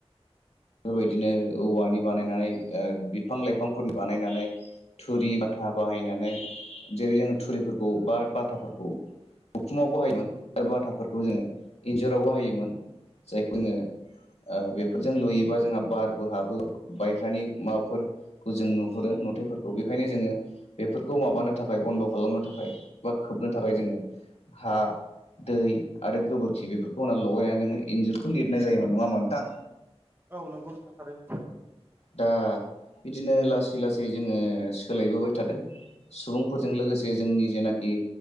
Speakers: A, on the left; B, on the right.
A: बेफोरबायदिनो औवानि बानायनानै ओ बिफां-लाइफांफोरनि बानायनानै। थुरि बाथा बाहायनानै जेरै- जोंङ थुरिफोरखौ बा बाथाफोरखौ। उखुमाव बाहायोमोन बाथाफोरखौ जोङो इन्जराव बाहायोमोन जायखौ जोङो ओ बेफोरजों लुयो एबा जोंहा बारबो हाबो बायहेरानि माबाफोरखौ जों नुहुरो नुथायफोरखौ बेखायनो जोङो। बेफोरखौ माबानो थाखाय बन्द' खालामनो थाखाय बा खोबनो थाखाय जोङो हा दै आरो गोबोरखि बेफोरखौ होनाव लगायनानै जोङो इन्जुरखौ लिरनाय जायोमोन नङामोनोंथां?
B: औ नोंगौ नोंथा थारैनो।
A: दा बिदिनो लासै-लासै जोङो सोलायबोबाय थादों। सुबुंफोरजों लोगोसे जोंनि जेनाखि